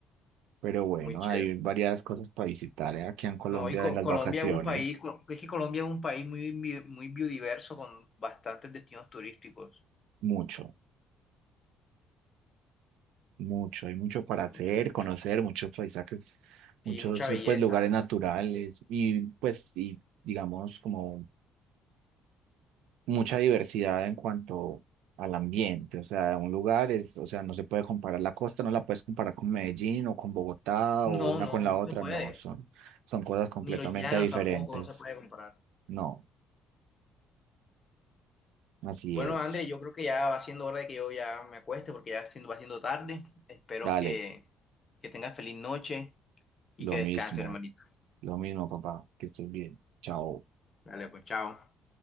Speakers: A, on the right; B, on the left.
A: pero bueno,
B: muy chévere.
A: hay varias cosas para visitar, ¿eh? Aquí en Colombia
B: No, y Co-
A: en las
B: Colombia
A: vacaciones,
B: es un país, co- es que Colombia es un país muy, bi- muy biodiverso con bastantes destinos turísticos.
A: mucho, mucho, hay mucho para hacer,
B: Mucho, mucho.
A: conocer, muchos paisajes, muchos
B: Sí, mucha belleza.
A: pues lugares naturales y pues y digamos como mucha diversidad en cuanto al ambiente, o sea, un lugar es, o sea, no se puede comparar la costa, no la puedes comparar con Medellín o con Bogotá
B: No,
A: o una
B: no,
A: con la
B: no
A: otra,
B: se puede.
A: no, son, son cosas completamente
B: Ni los llanos
A: diferentes.
B: tampoco, no se puede comparar.
A: No, así
B: Bueno,
A: es.
B: André, yo creo que ya va siendo hora de que yo ya me acueste porque ya siendo, va siendo tarde. Espero
A: Dale,
B: que, que tengas feliz noche y
A: lo
B: que descanses
A: mismo,
B: hermanito.
A: lo mismo, papá, que estés bien. Chao.
B: Dale, pues chao.